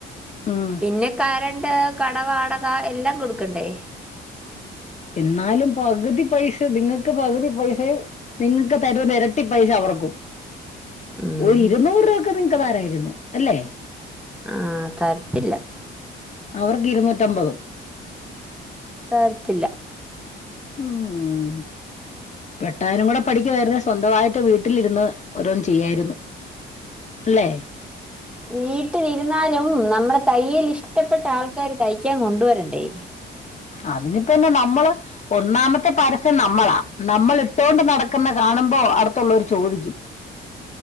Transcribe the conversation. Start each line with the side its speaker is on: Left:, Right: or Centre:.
Left: ഉം
Centre: പിന്നെ കാരൺ കട വടക എല്ലാം കൊടുക്കണ്ടേ
Left: എന്നാലും പകുതി പൈസ നിങ്ങൾക്ക് പകുതി പൈസയും നിങ്ങക്ക് തരുന്നത് എരട്ടി പൈസ അവർക്കും
Centre: ഉം
Left: ഒരു ഇരുന്നൂറ് രൂപ നിക്ക് താരായിരുന്നു അല്ലെ
Centre: ആഹ് തരത്തില്ല
Left: അവർക്ക് ഇരുന്നൂറ്റമ്പതും
Centre: തരത്തില്ല
Left: ഉം വെട്ടാനും കൂടെ പഠിക്ക് <unintelligible> സ്വന്തമായിട്ട് വീട്ടിൽ ഇട്ട് ന്ന് ഓരോന്ന്‌ ചെയ്യായിരുന്നു അല്ലേ
Centre: വീട്ടിലിരുന്നാലും നമ്മുടെ തയ്യൽ ഇഷ്ടപ്പെട്ട ആൾക്കാര് തയ്ക്കാൻ കൊണ്ട് കൊണ്ട് വരണ്ടേ?
Left: അതിനിപ്പ എന്നാ നമ്മള് ഒന്നാമത്തെ പരസ്യം നമ്മളാ നമ്മൾ ഇട്ടുകൊണ്ട് നടക്കുന്നത് കാണുമ്പോ അടുത്തുള്ളവര് ചോദിക്കു.